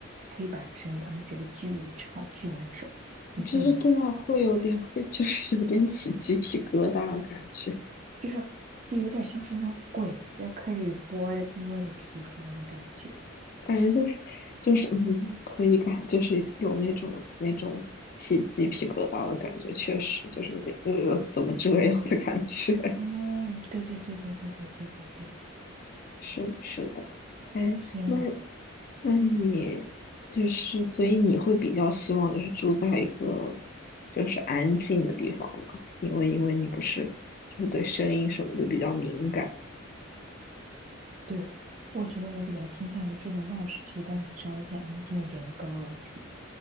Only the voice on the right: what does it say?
黑板的声音，他们觉得巨吵巨难受。你会吗？
就是就有点像是那种鬼要开始摸摸你皮肤的感觉。
嗯，对对对对对对对对对，
天呐，
对，我觉得我比较倾向于住在闹市区，但是稍微偏安静一点的高楼层。